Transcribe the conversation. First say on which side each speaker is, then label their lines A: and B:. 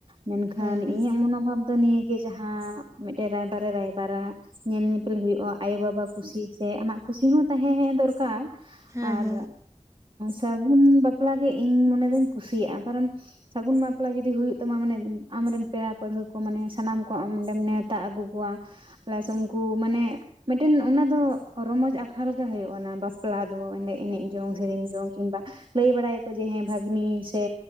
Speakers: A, on the right; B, on the right.
A: ᱢᱮᱱ ᱠᱷᱟᱱ
B: ᱦᱮᱸ ᱦᱮᱸ
A: ᱤᱧᱟᱜ ᱢᱚᱱᱳᱵᱷᱟᱵᱽ ᱫᱚ ᱱᱤᱭᱟᱹ ᱜᱮ ᱡᱟᱦᱟᱸ, ᱢᱤᱫᱴᱮᱡ ᱨᱟᱭᱵᱟᱨᱮ ᱨᱟᱭᱵᱟᱨᱟᱼᱼ ᱧᱮᱞ ᱧᱮᱯᱮᱞ ᱦᱩᱭᱩᱜᱼᱟ, ᱟᱭᱳ ᱵᱟᱵᱟ ᱠᱩᱥᱤ ᱥᱮ ᱟᱢᱟᱜ ᱠᱩᱥᱤ ᱦᱚᱸ ᱛᱟᱦᱮᱸ ᱫᱚᱨᱠᱟᱨ ᱾
B: ᱦᱮᱸ
A: ᱟᱨ
B: ᱦᱮᱸ
A: ᱥᱟᱹᱜᱩᱱ ᱵᱟᱯᱞᱟ ᱜᱮ ᱤᱧ ᱢᱚᱱᱮ ᱫᱩᱧ ᱠᱩᱥᱤᱭᱟᱜᱼᱟ, ᱠᱟᱨᱚᱱ ᱼᱼ ᱥᱟᱹᱜᱩᱱ ᱵᱟᱯᱞᱟ ᱡᱩᱫᱤ ᱦᱩᱭᱩᱜ ᱛᱟᱢᱟ ᱢᱟᱱᱮ ᱼᱼ ᱟᱢᱨᱮᱱ ᱯᱮᱲᱟ ᱯᱟᱹᱲᱦᱟᱹ ᱠᱚ ᱢᱟᱱᱮ ᱥᱟᱱᱟᱢ ᱠᱚ ᱟᱢ ᱱᱚᱸᱰᱮᱢ ᱱᱮᱶᱛᱟ ᱟᱹᱜᱩ ᱠᱚᱣᱟ ᱯᱞᱟᱥ ᱩᱢᱼᱼ ᱠᱩ ᱢᱟᱱᱮᱼᱼ ᱢᱤᱫᱴᱮᱱ ᱚᱱᱟ ᱫᱚ ᱨᱚᱢᱚᱡᱽ ᱟᱠᱷᱲᱟ ᱨᱮᱜᱮ ᱦᱩᱭᱩᱜᱼᱟ, ᱚᱱᱟ ᱵᱟᱯᱞᱟ ᱫᱚ ᱾ ᱮᱱᱮ ᱮᱱᱮᱡ ᱡᱚᱝ ᱥᱮᱨᱮᱧ ᱡᱚᱝ ᱠᱤᱝᱵᱟ ᱼᱼ ᱞᱟᱹᱭ ᱵᱟᱲᱟᱭᱟ ᱠᱚ ᱡᱮ ᱦᱮᱸ ᱵᱷᱟᱜᱽᱱᱤ ᱥᱮᱼᱼ